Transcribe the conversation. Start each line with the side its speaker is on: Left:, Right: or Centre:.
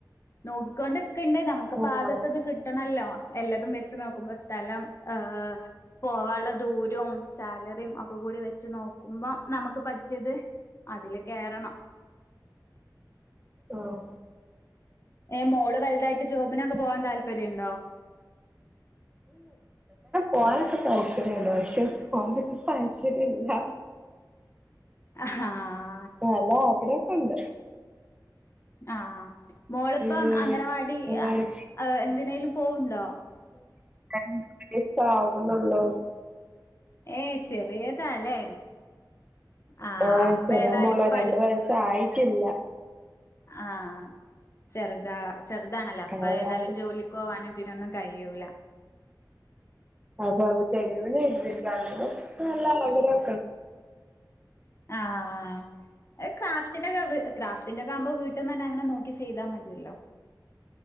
Left: നോക്കിക്കൊണ്ട് ഉണ്ട് നമുക്ക്
Right: ആഹ്
Left: പാകത്തിന്
Right: ആഹ്
Left: ആണല്ലോ എല്ലാതും വെച്ച് നോക്കുമ്പോ സ്ഥലം ഏ പോവാനുള്ള ദൂരവും സാലറിയും ഒക്കെ കൂടി വെച്ച് നോക്കുമ്പോ നമുക്ക് പറ്റിയത് അതില് കയറണം
Right: ആഹ
Left: ഏ മോള് വലുതായിട്ട് ജോബിനൊക്കെ പോവാൻ താല്പര്യമുണ്ടോ
Right: പോ <unintelligible> സ്ല്പയ അഷെ കോമ്പിറ്റീഫ് ആയി് ശരിയല്ല
Left: ആഹ
Right: ആ നല്ല ആഗ്രഹക്കുണ്ട്
Left: ആ മോളിപ്പം
Right: ജോലിക്ക്
Left: അംഗനവാടി
Right: പോവാന്
Left: എന്തിനേലും പോണിണ്ടോ
Right: രണ്ട് വയസ്സ് ആവുന്നേള്ളു
Left: ഏയ് ചെറിയതാല്ലേ ആഹ്
Right: ആഹ
Left: അപ്പ
Right: ചെറിയ
Left: ഏതായാലും
Right: മോളാ
Left: ഇപ്പ
Right: രണ്ട് വയസ്സ് ആയിട്ടില്ല
Left: ആ ചെറുതാ ചെറുതാണേല്ല അപ്പ
Right: അതാണ്
Left: ഏതായാലും ജോലിക്ക് പോകാനും തിന്നൊന്നും കയ്യൂല
Right: അത <unintelligible> ക്ക് നല്ല ആഗ്രഹം
Left: ആഹ ആഹ് ക്രാഫ്റ്റിന്റെ ഒക്കെ ക്രാഫ്റ്റിന്റെ ഒക്കെ ആവുമ്പോ വീട്ടന്ന് തന്നെ അങ്ങനെ നോക്കി ചെയ്താ മതിയല്ലോ